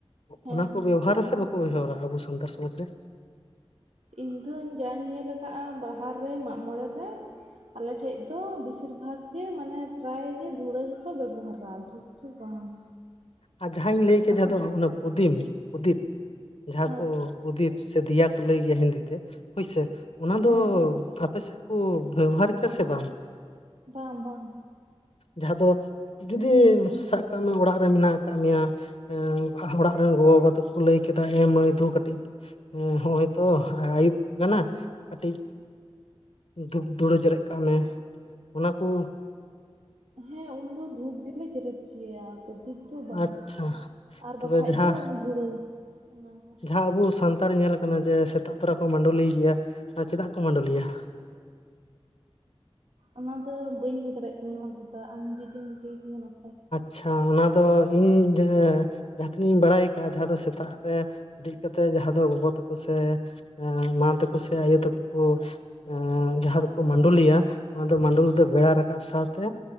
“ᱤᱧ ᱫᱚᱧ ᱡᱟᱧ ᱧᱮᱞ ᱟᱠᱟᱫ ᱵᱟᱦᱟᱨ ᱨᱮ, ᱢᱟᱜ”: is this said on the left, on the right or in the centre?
Right